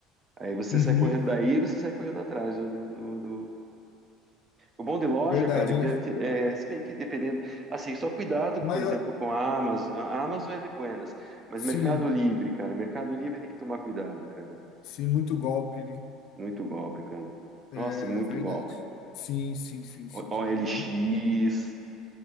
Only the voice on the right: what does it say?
Aí você
sai correndo, daí você sai correndo atrás do, do, do- do- O bom de loja,
cara, que,
que é, se bem que dependendo, assim, só cuidado,
por exemplo,
com a Amazon. A Amazon é de buenas, mas
Mercado Livre, cara, Mercado Livre tem que tomar cuidado, cara.
Muito golpe, cara.
Nossa, muito
golpe, cara.
O-
OLX,